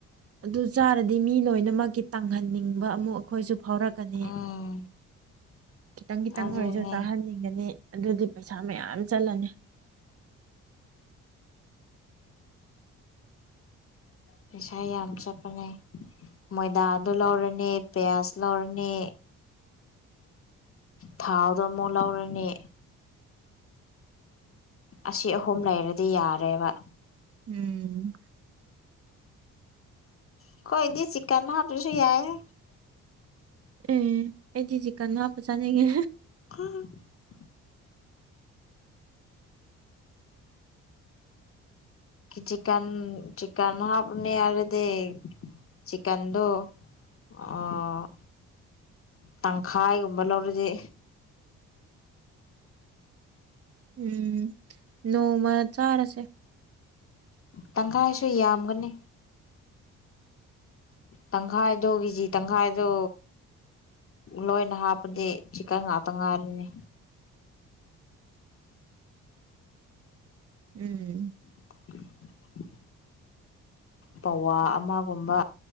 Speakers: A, on the right (about 50°); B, on the left (about 45°).
A: ꯑꯗꯨ ꯆꯥꯔꯗꯤ ꯃꯤ ꯂꯣꯏꯅꯃꯛꯀꯤ ꯇꯥꯡꯍꯟꯅꯤꯡꯕ ꯑꯃꯨꯛ ꯑꯩꯈꯣꯏꯁꯨ ꯐꯥꯎꯔꯛ ꯀꯅꯤ
B: ꯎꯝ
A: ꯈꯤꯇꯪ ꯈꯤꯇꯪ
B: ꯑꯗꯨꯅꯦ
A: ꯑꯣꯏꯔꯁꯨ ꯆꯥꯍꯟꯅꯤꯡꯒꯅꯤ ꯑꯗꯨꯗꯤ ꯄꯩꯁꯥ ꯃꯌꯥꯝ ꯆꯠꯂꯅꯤ
B: ꯄꯩꯁꯥ ꯌꯥꯝ ꯆꯠꯄꯅꯦ ꯃꯣꯏꯗꯥ ꯑꯗꯨ ꯂꯧꯔꯅꯤ ꯄꯤꯌꯥꯁ ꯂꯧꯔꯅꯤ ꯊꯥꯎꯗꯣ ꯑꯃꯨꯛ ꯂꯧꯎꯔꯅꯤ ꯑꯁꯤ ꯑꯍꯨꯝ ꯂꯩꯔꯗꯤ ꯌꯥꯔꯦꯕ
A: ꯎꯝ
B: ꯑꯩꯈꯣꯏꯗꯤ ꯆꯤꯛꯀꯟ ꯍꯥꯞꯇꯔꯁꯨ ꯌꯥꯏ ꯑꯦ
A: ꯎꯝ ꯑꯩꯗꯤ ꯆꯤꯛ ꯀꯟꯅ ꯍꯥꯞꯄ ꯆꯥꯅꯤꯡꯉꯦ
B: <unintelligible> ꯆꯤꯀꯟ ꯆꯤꯀꯟ ꯍꯥꯞꯅꯤ ꯍꯥꯏꯔꯗꯤ ꯆꯤꯀꯟꯗꯣ ꯑꯣ ꯇꯪꯈꯥꯏꯒꯨꯝꯕ ꯂꯧꯔꯗꯤ
A: ꯎꯝ ꯅꯣꯡꯃꯥ ꯆꯥꯔꯁꯦ
B: ꯇꯪꯈꯥꯏꯁꯨ ꯌꯥꯝꯒꯅꯤ ꯇꯪꯈꯥꯏꯗꯣ ꯀꯦꯖꯤ ꯇꯪꯈꯥꯏꯗꯣ ꯂꯣꯏꯅ ꯍꯥꯞꯄꯗꯤ ꯆꯤꯀꯟ ꯉꯥꯛꯇ ꯉꯥꯏꯔꯅꯤ
A: ꯎꯝ
B: <inaudible> ꯄꯋꯥ ꯑꯃꯒꯨꯝꯕ